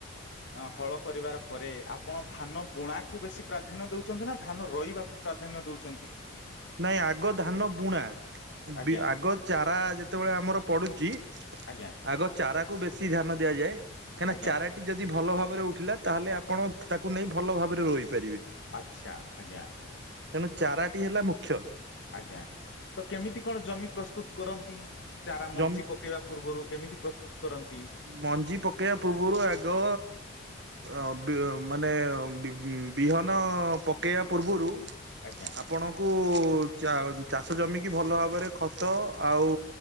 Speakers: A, on the left; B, on the right.
A: ଅ ହଳ କରିବାର ପରେ ଆପଣ ଧାନ ବୁଣାକୁ ବେଶୀ ପ୍ରାଧାନ୍ୟ ଦଉଛନ୍ତି ନା ଧାନ ରଇବାକୁ? ପ୍ରାଧାନ୍ୟ ଦଉଛନ୍ତି।
B: ନାଇଁ ଆଗ ଧାନ ବୁଣା
A: ଆଜ୍ଞା
B: ଆଗ ଚାରା ଯେତେବେଳେ ଆମର ପଡୁଛି
A: ଆଜ୍ଞା।
B: ଆଗ ଚାରାକୁ ବେଶୀ ଧ୍ୟାନ ଦିଆଯାଏ କାହିଁକିନା
A: ଆଜ୍ଞା
B: ଚାରା ଟି ଯଦି ଭଲ ଭାବରେ ଉଠିଲା ତାହେଲେ ଆପଣ ତାକୁ ନେଇ ଭଲ ଭାବରେ ରୋଇ ପାରିବେ।
A: ଆଚ୍ଛା ଆଜ୍ଞା।
B: ତେଣୁ ଚାରାଟି ହେଲା ମୁଖ୍ୟ।
A: ଆଜ୍ଞା। ତ କେମିତି କଣ ଜମି ପ୍ରସ୍ତୁତ କରନ୍ତି? ଚାରା ମଞ୍ଜି
B: ଜମି
A: ପକେଇବା ପୂର୍ବରୁ କେମିତି ପ୍ରସ୍ତୁତ କରନ୍ତି?
B: ମଞ୍ଜି ପକେଇବା ପୂର୍ବରୁ ଆଗ ଅ ବି ମାନେ ବି ବିହନ ପକେଇବା ପୂର୍ବରୁ
A: ଆଜ୍ଞା।
B: ଆପଣଙ୍କୁ ଚା ଚାଷ ଜମିିକି ଭଲ ଭାବରେ ଖତ ଆଉ